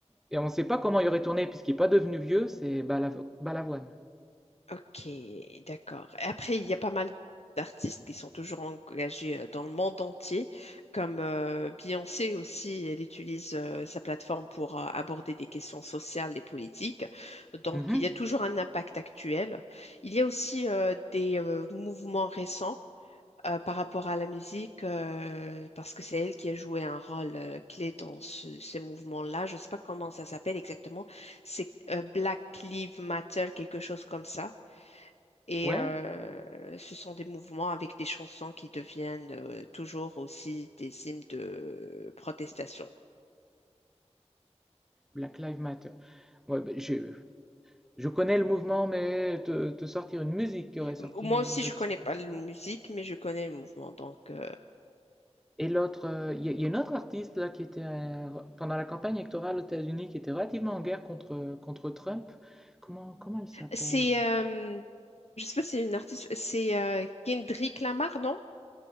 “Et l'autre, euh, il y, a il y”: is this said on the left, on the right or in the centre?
Centre